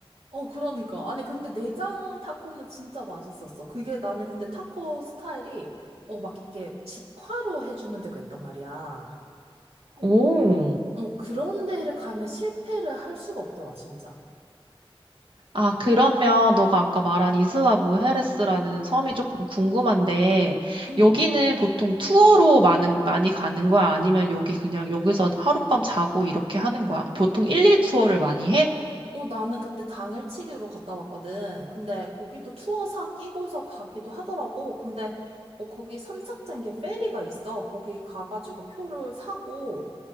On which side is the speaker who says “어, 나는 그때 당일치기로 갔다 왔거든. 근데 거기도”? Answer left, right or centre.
Right